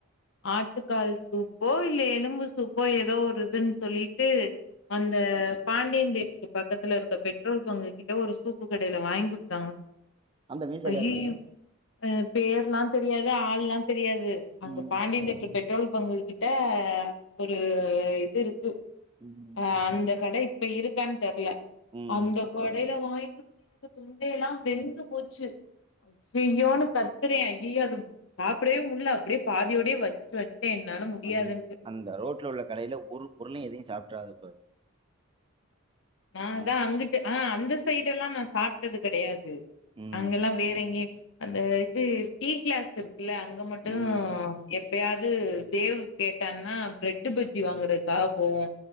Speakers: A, on the left; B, on the right.
A: ஆட்டுக்கால் சூப்போ இல்ல எலும்பு சூப்போ எதோ ஒருதுன்னு சொல்லிட்டு அந்த பாண்டியன் தேட்ரு பக்கத்துல இருக்க பெட்ரோல் பங்கு கிட்ட ஒரு சூப்பு கடைல வாய்ங் குடுத்தாங்க
B: அந்த மீசக்காரரு
A: ஐயோயோ அ பேர்ல்லா தெரியாது ஆள்ல்லா தெரியாது அங்க
B: ம்
A: பாண்டியன் தேட்ரு பெட்ரோல் பங்கு கிட்ட ஒரு இது இருக்கு
B: ம்
A: ஆ அந்த கடை இப்ப இருக்கான்னு தெர்ல
B: ம்
A: அந்த கடைல வாய்ங் கு தொண்டைய எல்லா வெந்து போச்சு ஐயயோன்னு கத்துற ஐயயோ அது சாப்டவே முல்ல அப்டியே பாதியோடயே வச்சிட்டு வந்ட்டே என்னால முடியாதுன்ட்டு
B: அந் அந்த ரோட்ல உள்ள கடைல ஒரு பொருளயு எதையு சாப்புட்றாதபா
A: ஆ
B: மோஸ்
A: அதா அங்குட்டு ஆ அந்த சைடுல்லா நா சாப்ட்டது கெடையாது
B: ம்
A: அங்கெல்லா வேற எங்கயு அந்த இது டீ கிளாஸ் இருக் குல்ல அங்க மட்டு
B: ம்
A: எப் ப்பயாது தேவ் கேட்டான்னா பிரெட்டு் பஜ்ஜி வாங்கறக்காக போவோ